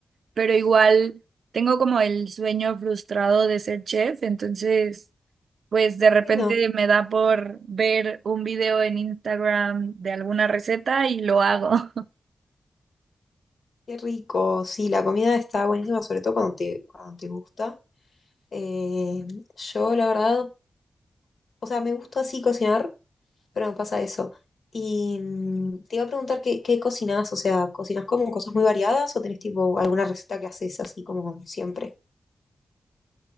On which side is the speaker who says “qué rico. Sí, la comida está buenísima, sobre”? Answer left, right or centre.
Left